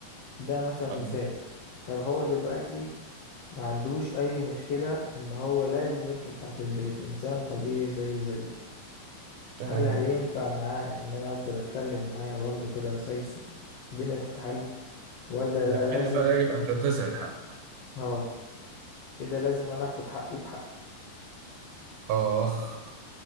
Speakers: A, on the left (about 70°); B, on the right (about 85°).
A: ده مثلا
B: تمام
A: مثال طب هو دلوقتي ما عندوش اي مشكلة ان هو لازم يركن تحت البيت انسان طبيعي زي زيه
B: تمام
A: هل هينفع
B: جدا
A: معاه ان انا افضل اتكلم معاه واخده كده وسايسه والدنيا تتحل ولا
B: لا
A: ده لازم
B: هنا بقى يجب ان تنتزع الحق
A: اه كده لازم انا اخد حقي بحقي
B: اخ